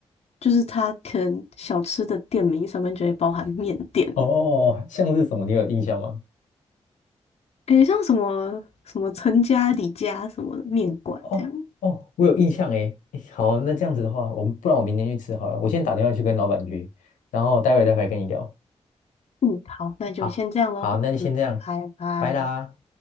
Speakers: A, on the left; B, on the left.
A: 就是它可能小吃的店名上面就会包含面店。
B: <laughs> 哦哦哦，像是什么？你有印象吗？
A: 诶，像什么什么陈家、李家什么的面馆这样。
B: 哦哦，我有印象诶。诶好，那这样子的话，我们不然我明天去吃好了。我先打电话去跟老板约，然后待会待会跟你聊。
A: 嗯，好，那就先这样喽。
B: 好，好，那就先这样，
A: 嗯，拜拜。
B: 拜啦。